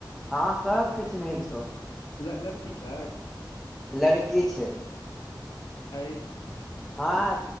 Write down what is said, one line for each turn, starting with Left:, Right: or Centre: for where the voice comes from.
Centre: हँ सबके चिन्है छौ
Left: ल लड़की छै
Centre: लड़की छै
Left: हेय
Centre: हँ